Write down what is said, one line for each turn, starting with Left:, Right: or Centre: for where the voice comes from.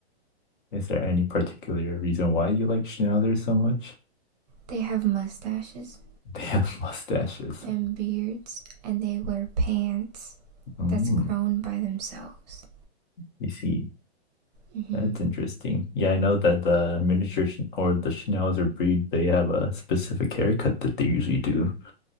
Left: is there any particular reason why you like schnauzers so much?
Right: They have mustaches
Left: <laughs> They have mustaches.
Right: and beards and they wear pants
Left: Mm,
Right: that's grown by themselves.
Left: you see.
Right: Mhm.
Left: That's interesting. Yeah, I know that the miniature schn- or the Schnauzer breed, they have a specific haircut that they usually do.